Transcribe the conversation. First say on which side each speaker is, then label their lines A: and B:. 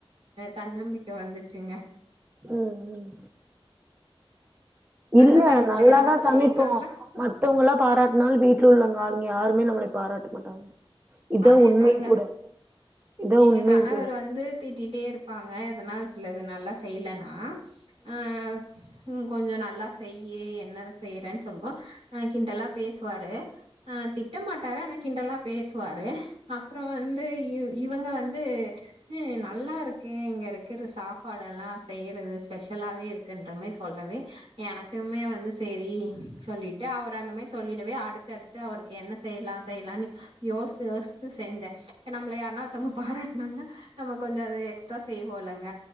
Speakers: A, on the right; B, on the right.
A: தன்னம்பிக்க வந்துச்சிங்க
B: உம் உம்
A: அந்த
B: இல்ல
A: மாரி உங்கள
B: நல்லா
A: யாருன்னா
B: தா
A: சொல்லியிருக்காங்களா?
B: சமைப்போ மத்தவங்கல்லா பாராட்னளோ வீட்டுல உள்ளவங்க ஆளுங்க யாருமே நம்மள பாராட்ட மாட்டாங்க இதா
A: அதே
B: உண்மையு
A: தாங்க
B: கூட இதா
A: எங்க
B: உண்மையு
A: கணவர்
B: கூட
A: வந்து திட்டிட்டே இருப்பாங்க எதனா சிலது நல்லா செய்யலனா ஆ உம் கொஞ்சோ நல்லா செய்யி என்ன செய்யறேன்னு சொல்வோ ஆ கிண்டல்லா பேசுவாரு அ திட்டமாட்டார அனாக் கிண்டல்லா பேசுவாரு அப்பறோ வந்து இவங்க வந்து நல்லா இருக்கு இங்க இருக்கிற சாப்பாடு எல்லா செய்யறது ஸ்பெஷலாவே இருக்குன்ற மாரி சொல்லவே எனக்குமே வந்து செரி சொல்லிட்டு அவர் அந்த மாரி சொல்லிடுவே அடுத்தடுத்து அவருக்கு என்ன செய்யலா செய்யலானு யோஸ்து யோஸ்த்து செஞ்ச இப்ப நம்மள யார்னா ஒருத்தவங்க பாராட்டனாங்கன்னா நம்ம கொஞ்சோ அது எக்ஸ்ட்ரா செய்யவோலங்க